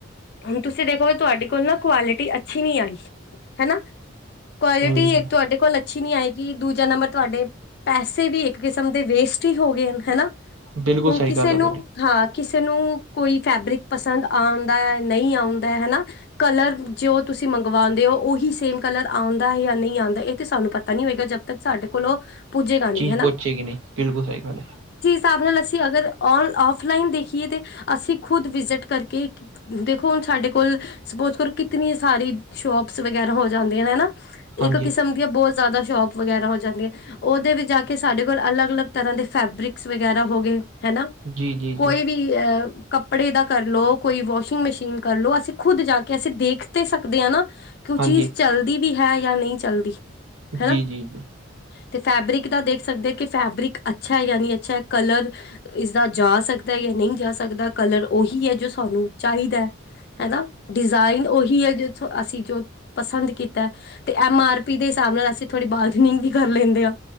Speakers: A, on the left; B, on the right.
A: ਹੁਣ ਤੁਸੀਂ ਦੇਖੋ ਤੁਹਾਡੇ ਕੋਲ ਨਾ ਕੁਆਲਿਟੀ ਅ ਅੱਛੀ ਨਹੀਂ ਆਈ ਹਨਾ ਕੁਆਲਿਟੀ
B: ਹੂੰ
A: ਇੱਕ ਤੁਹਾਡੇ ਕੋਲ ਅੱਛੀ ਨਹੀਂ ਆਏਗੀ ਕਿ ਦੂਜਾ ਨੰਬਰ ਤੁਹਾਡੇ ਪੈਸੇ ਵੀ ਇੱਕ ਕਿਸਮ ਦੇ ਵੇਸਟ ਹੀ ਹੋ ਗਏ ਹਨ ਹਨਾ
B: ਬਿਲਕੁਲ
A: ਹੁਣ
B: ਸਹੀ
A: ਕਿਸੇ
B: ਗੱਲ
A: ਨੂੰ,
B: ਆ ਤੁਹਾਡੀ
A: ਹਾਂ ਕਿਸੇ ਨੂੰ ਕੋਈ ਫੈਬਰਿਕ ਪਸੰਦ ਆਉਂਦਾ ਹੈ ਨਹੀਂ ਆਉਂਦਾ ਹਨਾ ਕਲਰ ਜੋ ਤੁਸੀਂ ਮੰਗਵਾਉਂਦੇ ਹੋ ਉਹੀ ਸੇਮ ਕਲਰ ਆਉਂਦਾ ਹੈ ਜਾਂ ਨਹੀਂ ਆਉਂਦਾ ਇਹ ਤੇ ਸਾਨੂੰ ਪਤਾ ਨੀ ਹੋਏਗਾ ਜਦ ਤੱਕ ਸਾਡੇ ਕੋਲੋਂ ਪੁੱਜੇਗਾ ਨੀ
B: ਚੀਜ਼
A: ਹਨਾ?
B: ਪਹੁੰਚੇਗੀ ਨਹੀਂ ਬਿਲਕੁਲ ਸਹੀ ਗੱਲ ਹੈ
A: ਹਿਸਾਬ ਨਾਲ ਅਸੀਂ ਅਗਰ ਔਫਲਾਈਨ ਦੇਖੀਏ ਤੇ ਅਸੀਂ ਖੁਦ ਵਿਜਿਟ ਕਰਕੇ ਦੇਖੋ ਹੁਣ ਸਾਡੇ ਕੋਲ ਸਪੋਜ ਕਰੋ ਇਤਨੀ ਸਾਰੀ ਸ਼ੋਪਸ ਵਗੈਰਾ ਹੋ ਜਾਂਦੀਆਂ ਹਨਾ,
B: ਹਾਂਜੀ
A: ਇੱਕ ਕਿਸਮ ਦੀਆਂ ਬਹੁਤ ਜ਼ਿਆਦਾ ਸ਼ੋਪ ਵਗੈਰਾ ਹੋ ਜਾਂਦੀ ਹੈ ਉਹਦੇ ਵਿੱਚ ਜਾ ਕੇ ਸਾਡੇ ਕੋਲ ਅਲੱਗ ਅਲੱਗ ਤਰ੍ਹਾਂ ਦੇ ਫੈਬਰਿਕਸ ਵਗੈਰਾ ਹੋਗੇ। ਹਨਾ
B: ਜੀ ਜੀ
A: ਕੋਈ
B: ਜੀ
A: ਵੀ ਅਹ ਕ ਕੱਪੜੇ ਦਾ ਕਰ ਲਉ ਕੋਈ ਵਾਸ਼ਿੰਗ ਮਸ਼ੀਨ ਕਰ ਲਉ ਅਸੀਂ ਖੁਦ ਜਾ ਕੇ ਅਸੀਂ ਦੇਖ ਤਾਂ ਸਕਦੇ ਹਾਂ ਨਾ। ਕਿਉਂ
B: ਹਾਂਜੀ
A: ਚੀਜ਼ ਦੀਦੀ ਹੈ ਨਈ ਚੱਲਦੀ ਹਨਾ
B: ਜੀ ਜੀ ਜੀ।
A: ਤੇ ਫੈਬਰਿਕ ਦਾ ਦੇਖ ਸਕਦੇ ਕਿ ਫੈਬਰਿਕ ਅੱਛਾ ਯਾਨੀ ਅੱਛਾ ਕਲਰ ਇਸਦਾ ਜਾ ਸਕਦਾ ਹੈ ਨਹੀਂ ਜਾ ਸਕਦਾ ਕਲਰ ਉਹੀ ਹੈ ਜੋ ਸਾਨੂੰ ਚਾਹੀਦਾ ਹੈ। ਹਨਾ ਡਿਜ਼ਾਇਨ ਉਹੀ ਹੈ ਜ ਅਸੀਂ ਜੋ ਪਸੰਦ ਕੀਤਾ ਤੇ, ਐਮ ਆਰ ਪੀ ਦੇ ਹਿਸਾਬ ਨਾਲ ਅਸੀਂ ਥੋੜ੍ਹੀ, ਬਾਰਗਨਿੰਗ ਵੀ ਕਰ ਲੈਂਦੇ ਹਾਂ।